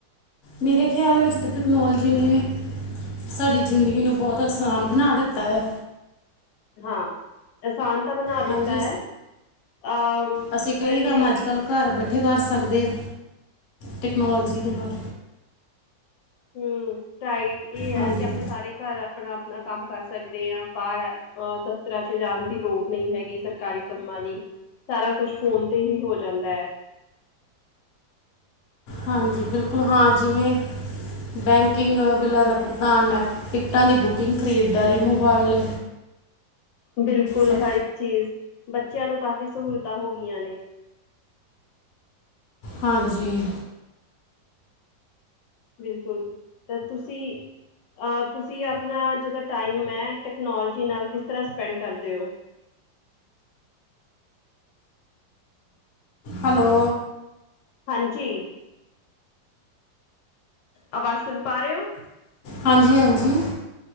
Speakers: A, on the left; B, on the left.
A: ਮੇਰੇ ਖਿਆਲ ਵਿੱਚ ਤਾਂ ਤਕਨੋਲਜੀ ਨੇ ਸਾਡੀ ਜ਼ਿੰਦਗੀ ਨੂੰ ਬਹੁਤ ਆਸਾਨ ਬਣਾ ਦਿੱਤਾ ਆ।
B: ਹਾਂ ਆਸਾਨ ਤਾਂ ਬਣਾ ਦਿੱਤਾ
A: ਹਾਂਜੀ
B: ਹੈ ਅਹ
A: ਅਸੀਂ ਕਈ
B: ਪਰ ਇਹ
A: ਕੰਮ
B: ਹੈ
A: ਅੱਜ
B: ਕਿ
A: ਕੱਲ੍ਹ ਘਰ ਬੈਠੇ ਕਰ ਸਕਦੇ ਆ ਟੈਕਨੋਲਜੀ ਦੇ ਨਾਲ।
B: ਹਮ ਰਾਈਟ ਇਹ
A: ਹਾਂਜੀ
B: ਹੈ ਕਿ ਆਪਾ ਸਾਰੇ ਘਰ ਆਪਣਾ-ਆਪਣਾ ਕੰਮ ਕਰ ਸਕਦੇ ਹਾਂ ਬਾਰ ਅਹ ਦਫ਼ਤਰਾਂ ਚ ਜਾਣ ਦੀ ਲੋੜ ਨਹੀਂ ਹੈਗੀ ਸਰਕਾਰੀ ਕੰਮਾਂ ਦੀ। ਸਾਰਾ ਕੁਛ ਫੋਨ ਤੇ ਹੀ ਹੋ ਜਾਂਦਾ।
A: ਹਾਂਜੀ ਬਿਲਕੁਲ ਹਾਂ ਜਿਵੇਂ ਬੈਂਕਿੰਗ, ਬਿੱਲਾਂ ਦਾ ਭੁਗਤਾਨ, ਨੈ ਟਿਕਟਾਂ ਦੀ ਬੁਕਿੰਗ, ਖਰੀਦਦਾਰੀ, ਮੋਬਾਈਲ
B: ਬਿਲਕੁਲ
A: ਸਭ
B: ਹਰ ਇੱਕ ਚੀਜ਼ ਬੱਚਿਆਂ ਨੂੰ ਕਾਫ਼ੀ ਸਹੂਲਤਾਂ ਹੋ ਗਈਆਂ ਨੇ।
A: ਹਾਂਜੀ
B: ਬਿਲਕੁਲ ਤਾ ਤੁਸੀ ਆਹ ਤੁਸੀਂ ਆਪਣਾ ਜਿੱਦਾਂ ਟਾਈਮ ਹੈ ਟੈਕਨੋਲਜੀ ਨਾਲ ਕਿਸ ਤਰ੍ਹਾਂ ਸਪੈਂਡ ਕਰਦੇ ਹੋ?
A: ਹੈਲੋ
B: ਹਾਂਜੀ, ਆਵਾਜ਼ ਸੁਣ ਪਾ ਰਹੇ ਹੋ।
A: ਹਾਂਜੀ-ਹਾਂਜੀ